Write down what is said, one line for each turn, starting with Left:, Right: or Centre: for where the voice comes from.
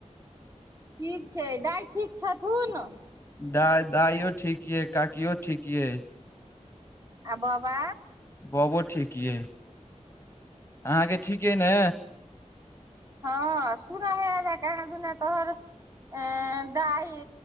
Right: ठीक छै दाइ ठीक छथुन
Left: दइ दइो ठीक य काकियो ठीक य
Right: आ बाबा
Left: बाबा ठीक यए अहाँके ठीके ने
Right: हँ सुन आय कहाँ दुना तोहर ए दाइ